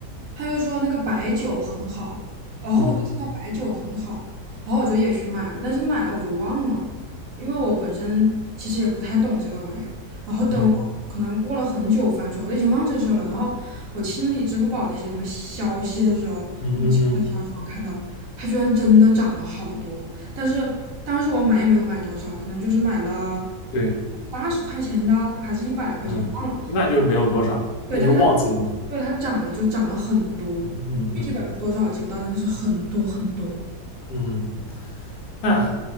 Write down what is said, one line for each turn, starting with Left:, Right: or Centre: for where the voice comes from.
Right: 他就说那个白酒很好，然后我就听到白酒很好，
Left: 嗯
Right: 然后我就也去买了，但是买了我就忘了，因为我本身其实也不太懂这个玩意儿。然后等我可能过了很久翻出来，
Left: 嗯
Right: 我都已经忘这事儿了。然后我清理支付宝那些什么消息的时候，
Left: 嗯嗯嗯，
Right: 莫名其妙的消息我看到它居然真的涨了好多，但是当时我买也没有买多少，可能就是买了
Left: 对，
Right: 八十块钱的还是一百块钱的，
Left: 嗯，
Right: 忘了。
Left: 那就是没有多少，
Right: 对，
Left: 那你就忘记了嘛。
Right: 但它对它涨了，就涨了很多，
Left: 嗯嗯
Right: 具体百分之多少我记不到，但就是很多很多。
Left: 嗯，那